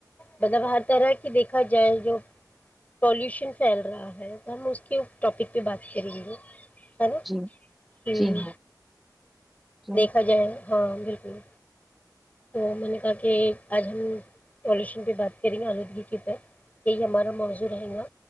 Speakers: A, on the left (about 20°); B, in the centre.
A: مطلب ہر طرح کی دیکھا جائے جو پولوشن پھیل رہا ہے تو ہم اس کے ٹاپک پہ بات کریں گے ارے
B: جی جی
A: ہوں
B: ہاں جی
A: دیکھا جائے ہاں بالکل میں نے کہا کہ اب ہم پوزیشن پہ بات کر رہی ہیں ہمارا موضوع رہے گا